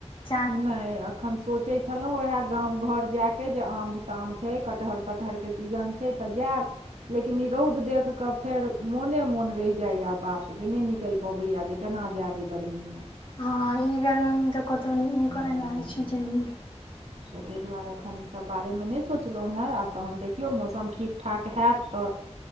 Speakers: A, on the left; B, on the right.
A: चार
B: नहि ए अखन सोचे छलों वएह गाम घर जाय के जे आम ताम छै कटहर तटहर के सीजन छै तऽ जायब। लेकिन ई रौद देख के फेर मोने मोन रहि जाय या बात जे नहि निकलि पबेया जे केना जाएब ऐ गरमीमें?
A: हँ ई गरमीमे तऽ कतहु निको
B: हँ
A: नै लागै
B: हँ
A: छै जाइमे।
B: तऽ ताहि दुआरे एखन ईसभ बारेमे नहि सोचलहुँ हेँ आब तहन देखियौ मौसम ठीक ठाक होैत तऽ